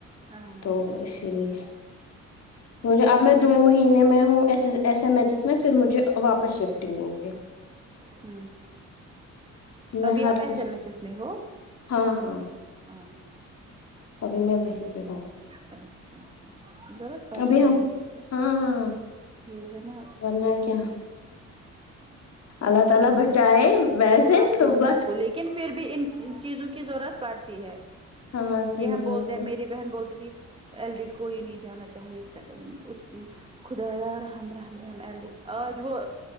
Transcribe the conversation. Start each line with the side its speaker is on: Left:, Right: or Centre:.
Right: ہاں اچھا
Left: تو اس اسی لیے مجھے اب میں دو مہینے میں ہوں ایس ایم ایچ ایس میں پھر مجھے واپس شفٹنگ ہوگی
Right: ہ
Left: میں
Right: ابھی
Left: ہر
Right: آپ ایس
Left: کس
Right: ایم ایچ ایس میں ہو
Left: ہاں ہاں
Right: ہاں
Left: ابھی میں وہیں پہ ہوں
Right: اچھا اچھا ضرورت پڑتی
Left: ابھی ہم
Right: ہے ان سے
Left: ہاں ہاں
Right: یہ ہے نا
Left: ورنا ہے کیا اللہ تعالی بچ چاہے ویسے
Right: سب کو
Left: تو
Right: سب
Left: بٹ
Right: کو لیکن پھر بھی ان چیزوں کی ضرورت پڑتی ہے
Left: ہاں صحیح
Right: یہ ہم
Left: بات
Right: بولتے ہیں
Left: ہے
Right: میری بہن بولتی تھی ایل ڈی کوئی نہیں جانا چاہیے اس خدایا رحم رحم رحم ال آج وہ